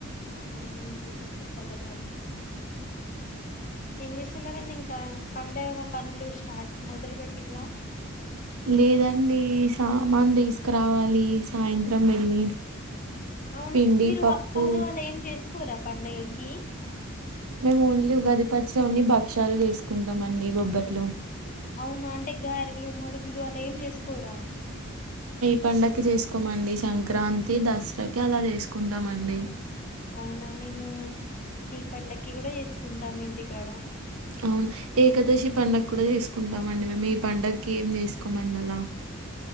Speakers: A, on the left; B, on the right.
A: అవునండి నిజంగా చల్లగాడికి ఏం చేస్తున్నారండి ఇంకా పండగ యొక్క పనులు స్టార్ట్ మొదలు పెెట్టిలా
B: లేదండి సామాన్ తీసుకురావాలి సాయంత్రం వెళ్ళి
A: అవును
B: పిండి
A: మీరు
B: పప్పు
A: అప్పాలు అలా ఏం చేసుకో కూరా పండగకి
B: మేము మోన్లీ ఉగాది పచ్చన్ని భక్ష్యాలు చేసుకుంటాంండి బొబ్బర్లు
A: అవును అంటే గారెలు మడుగులు అలా ఏం చేసుకు పోరా
B: పడుకి చేసుకోమండి సంక్రాంతి దసరాకి అలా చేసుకుంటామండి
A: అవునా మేము ఈీ పండకి కూడా చేసుకుంటాం ఇంటికాడ
B: అవును ఏకాదశి పడుగ కూడా చేసుకుంటామండి మేము ఈ పడుగకి ఏం చేసుకోమండి అలా